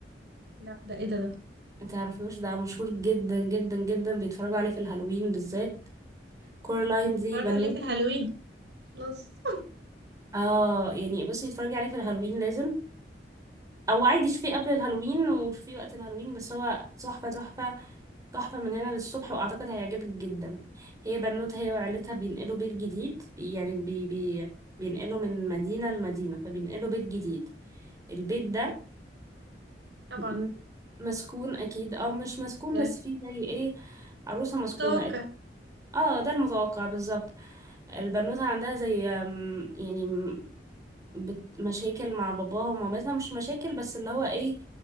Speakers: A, on the right; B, on the right.
A: لا ده ايه ده ده
B: ما تعرفوش ده مشهور جدا جدا جدا بيتفرجوا عليه في الهالوين بالذات كورالاين
A: طب ما
B: دي
A: اتفرج
B: بنوتة
A: عليه في الهالوين خلاص
B: اه يعني بصي اتفرجي عليه في الهالوين لازم او عادي شوفيه قبل الهالوين وشوفيه وقت الهالوين بس هو تحفه تحفه تحفة من هنا للصبح وأعتقد هيعجبك جدا هي بنوتة هي وعيلتها بينقلوا بيت جديد بي يعني بي بي بينقلوا من مدينة لمدينة فبينقلوا بيت جديد البيت
A: <laughs> أوكي.
B: ده
A: طبعا
B: م- مسكون أكيد أو مش مسكون
A: يعني
B: بس فيه زي إيه عروسة مسكونة
A: متوقع
B: اه ده المتوقع بالظبط البنوتة عندها زي أم، يعني م- بت- مشاكل مع باباها ومامتها مش مشاكل بس اللي هو إيه